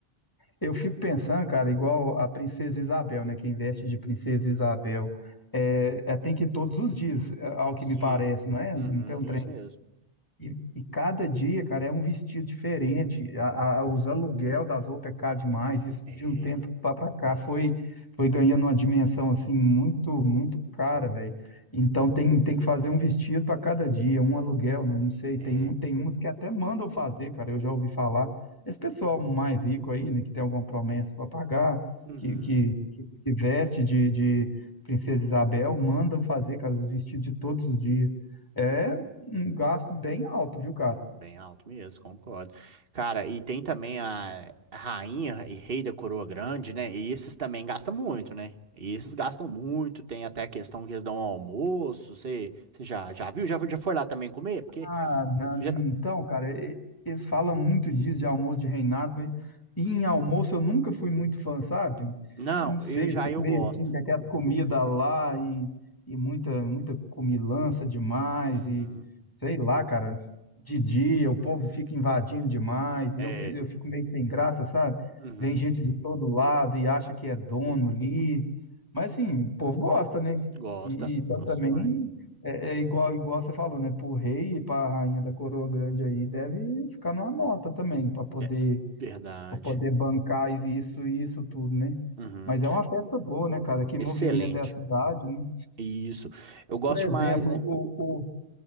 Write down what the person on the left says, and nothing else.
eu fico pensando, cara, igual a Princesa Isabel, né? Quem veste de Princesa Isabel. É, é, tem que ir todos os dias, é, ao que
me parece, não é?
Não tem um trem
E, e cada dia, cara, é um vestido diferente. A, a- os aluguel das roupas é caro demais. Isso
de um tempo para cá foi, foi ganhando uma dimensão assim muito, muito cara, velho. Então tem, tem que fazer um vestido para cada dia, um aluguel, né? Não sei,
tem, um- tem uns que até mandam fazer, cara. Eu já ouvi falar. Esse pessoal mais rico aí, né, que tem alguma promessa para pagar,
que, que, que, que veste de, de Princesa Isabel, mandam fazer, cara, os vestidos de todos os dias. É um gasto bem alto, viu, cara?
Ah, na-
então, cara, e- eles falam muito disso de almoço de reinado, mas em almoço eu nunca fui muito fã, sabe?
Eu não sei,
eu fico
meio
assim, com aquelas comidas lá e, e muita, muita comilança demais,
e sei lá, cara, de dia o povo fica invadindo demais, e
eu, fi- eu fico meio sem graça, sabe?
Vem gente de todo lado e acha que é dono ali. Mas assim, o povo gosta, né?
E, então
também
É, é igual, igual você falou, né? Pro rei e pra rainha da coroa grande aí, deve ficar numa nota também, pra poder,
para poder bancar isso e isso tudo, né?
Mas é uma festa boa, né, cara? Que
movimenta é a cidade, né?
Por exemplo,
o, o,